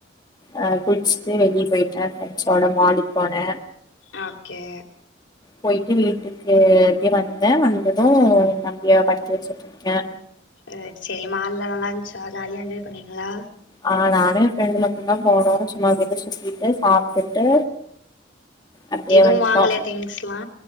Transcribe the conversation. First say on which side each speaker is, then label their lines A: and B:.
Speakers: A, on the left; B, on the left.
A: அஹ் குளிச்சுட்டு வெளியே போயிட்டே ப்ரெண்ட்ஸோட மாலுக்கு போனே
B: ஓகே
A: போயிட்டு வீட்டுக்கு எப்பயோ வந்தே வந்தது தம்பிய படிக்க வச்சுட்டுருக்கே
B: ஆ செரி மால்லா நல்லா இருந்துச்சா ஜாலியா என்ஜாய் பண்ணீங்களா
A: ஆஹ் நானு என் ஃப்ரெண்டு மட்டும்தா போனோ சும்மா அங்க இங்க சுத்திட்டு சாப்ட்டுட்டு அப்டியே
B: எதுவு
A: வந்ட்டோ
B: வாங்கலையா திங்க்ஸ்லா